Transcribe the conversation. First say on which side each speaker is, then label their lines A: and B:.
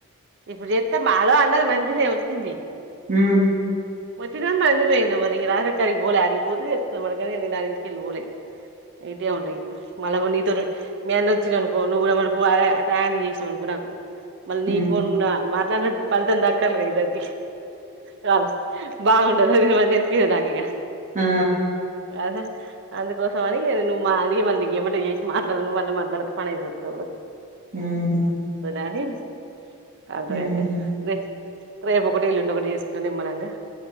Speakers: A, on the right; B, on the right.
A: ఇప్పుడు చేస్తే మాలో అందరికీ మంచిగా నే వచ్చింది.
B: హమ్
A: వచ్చినమ్మా అందుపోయింద మరి రాజక్కారి పోలే అడిగిపోతే చెాన నా ఇంటికెళ్ళి పోలేదు. అయితే ఉన్నాయి మళ్ళ నీతో మీ అంద వచ్చినుకో నువ్వు మ అనుకో నాకు మళ్ళీ నీ
B: మ్మ్
A: ఫోన్ల మాట్లాడిన ఫలితం దక్కాల ఇద్దరికి కాదు. బాగుండదు అ మ చనిపింది నాకు ఇక
B: ఆ
A: అదే అందుకోసం అని నువు మా అది మళ్ళీ ఏమట చేసి మాట్లాడ నువ్ అంట మాట్లాడితే పని అయిపోతది.
B: హమ్
A: లాని కాద్రే
B: మ్మ్
A: అయితే రే రేపు ఒకటి ఎల్లుండి ఒకటి చేసుకు చేసుకుండే ఏం అన్నంగా